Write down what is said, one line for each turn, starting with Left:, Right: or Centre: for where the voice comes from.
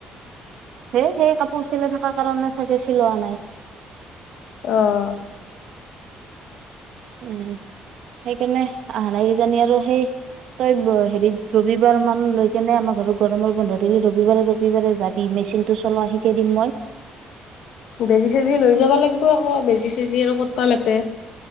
Right: হে সেই কাপোৰ চিলাই থাকা কাৰণে চাগে চিলোৱা হোৱা নাই।
Left: আহ
Right: উম, সেইকাৰণে আহা নাই কিজানি আৰু সেই তই হেৰিত ৰবিবাৰ মান লৈ এনে আমাৰ ঘৰত গৰমৰ বন্ধ দিলি ৰবিবাৰে ৰবিবাৰে যাবি। মেচিন টো চলোৱা শিকেই দিম মই।
Left: বেজি-চেজি লৈ যাব লাগিব। আকৌ বেজি-চেজি আৰু কত পাম এতে?